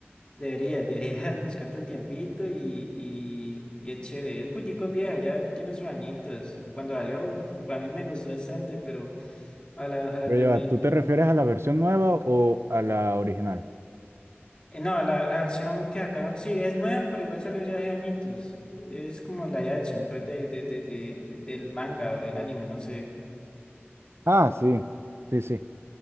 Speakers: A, on the left; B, on the right.
A: deberías, deberías <laughs> buscarte el tiempito y, y, y es chévere, es un poquitico vieja, ya, ya tiene sus añitos, y cuando salió, uf, para mí me gustó bastante, pero ojalá, ojalá
B: Pero
A: también.
B: ya, va, ¿tú te refieres a la versión nueva o a la original?
A: Eh, No, la, la versión que sacaron, sí, es nueva, pero igual salió ya hace añitos. Es como la live action, pues, de, de, de, de- de- del manga o del anime, no sé.
B: Ah, sí, sí, sí.